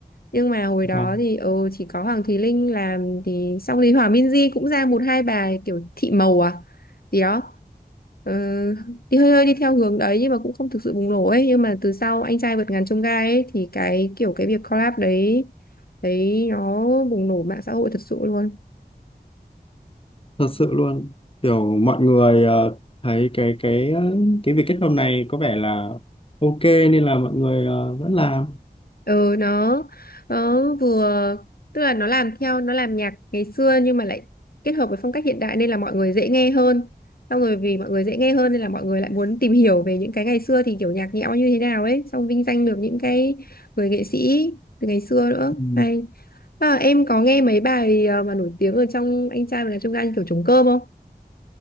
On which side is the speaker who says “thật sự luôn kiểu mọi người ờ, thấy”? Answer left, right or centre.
Left